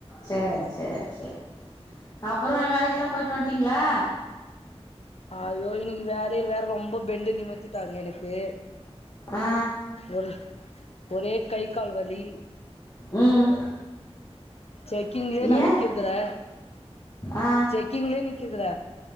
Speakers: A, on the left; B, on the left.
A: சேர் சேர் சேர் அப்பறம் வேலைக்குல்லா போயிட்டு வந்ட்டீங்களா
B: அயோ இன்னைக்கு வேலையில வேற ரொம்ப பெண்டு நிமித்திட்டாங்க எனக்கு
A: ஆ
B: ஒரு ஒரே கை கால் வலி
A: ம்
B: செக்கிங்லே நா
A: ஏ
B: நிக்கிறதுலே
A: ஆ
B: செக்கிங்லே நிக்கிறதுல